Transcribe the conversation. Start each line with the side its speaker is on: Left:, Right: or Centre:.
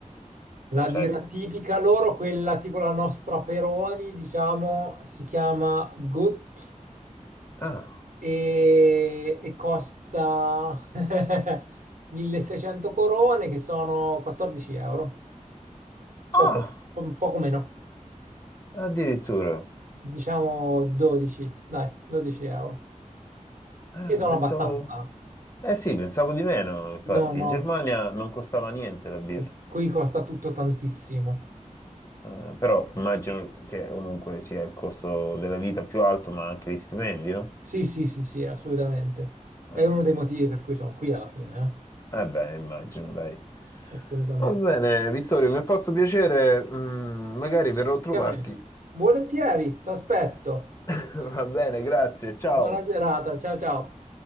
Right: La
Left: Cioè...
Right: birra tipica loro, quella tipo la nostra Peroni, diciamo, si chiama Gut
Left: Ah,
Right: e, e costa <laughs> 1600 corone, che sono 14 euro,
Left: ah,
Right: poco, po- poco meno,
Left: addirittura.
Right: diciamo 12, dai, 12 euro,
Left: Ah,
Right: che sono
Left: pensavo...
Right: abbastanza.
Left: Eh sì, pensavo di meno, infatti.
Right: No, no,
Left: In Germania non costava niente la birra,
Right: eh, qui costa tutto tantissimo.
Left: Eh, però immagino che comunque sia il costo della vita più alto, ma anche gli stipendi, no?
Right: Sì, sì, sì, sì, assolutamente.
Left: Eh,
Right: È uno dei motivi per cui sono qui alla fine,
Left: eh beh, immagino, dai.
Right: eh? Assolutamente.
Left: Va bene, Vittorio, mi ha fatto piacere, mm, magari verrò a trovarti.
Right: Chiami. Volentieri, t'aspetto.
Left: <laughs>
Right: <laughs>
Left: Va bene, grazie, ciao.
Right: Buona serata, ciao ciao.